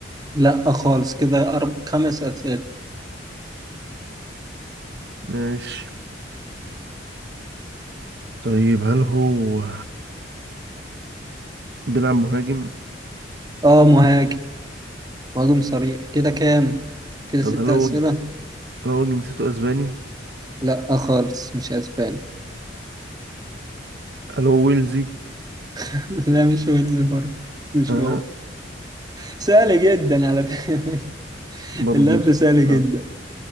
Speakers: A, on the right; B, on the right.
A: لا خالص كده أرب... خمس أسئلة
B: ماشي طيب هل هو بيلعب مهاجم
A: آه مهاجم مهاجم صريح كده كام كده
B: طب
A: ست
B: هل
A: أسئلة
B: هو هل هو جنسيته أسباني
A: لا خالص مش أسباني
B: هل هو ويلزي
A: <laughs> لا مش ويلز برضه مش
B: اه
A: هو سهل جدا على فكرة <laughs>
B: برضه
A: اللعب سهل جدا
B: آه.